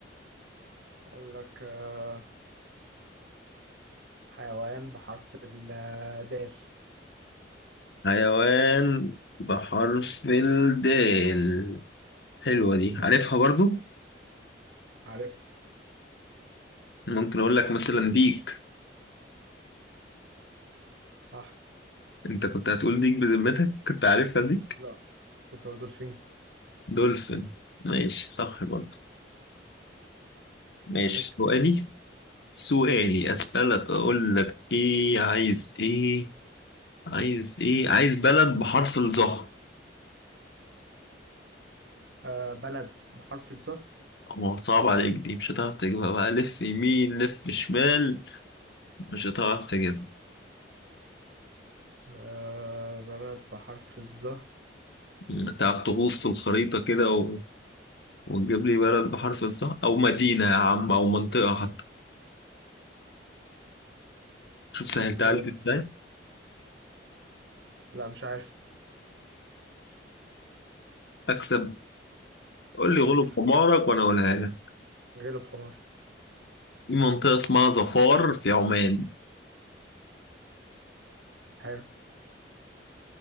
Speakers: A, on the right; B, on the left.
A: اقول لك آه، حيوان بحرف الدال
B: حيوان بحرف الدال حلوة دي عارفها برضو؟
A: عارف
B: ممكن أقول لك مثلا ديك
A: صح
B: أنت كنت هتقول ديك بذمتك كنت عارفها دي؟
A: لا كنت بقول دولفين
B: دولفين ماشي صح برضه ماشي
A: اسم
B: سؤالي سؤالي أسألك أقول لك إيه عايز إيه عايز إيه عايز بلد بحرف الظهر
A: آه بلد بحرف الظه
B: هو صعب عليك دي مش هتعرف تجيبها بقى لف يمين لف شمال مش هتعرف تجيبها
A: آه بلد بحرف الظه
B: م، تعرف تغوص في الخريطة كده و... وتجيب لي بلد بحرف الظهر أو مدينة يا عم أو منطقة حتى شوف سهلتها
A: آه
B: عليك إزاي
A: لا مش عارف
B: أكسب قول لي غلب
A: تكسب
B: حمارك وأنا أقولها لك
A: غلب حمار
B: في منطقة اسمها ظفار في عمان
A: حلو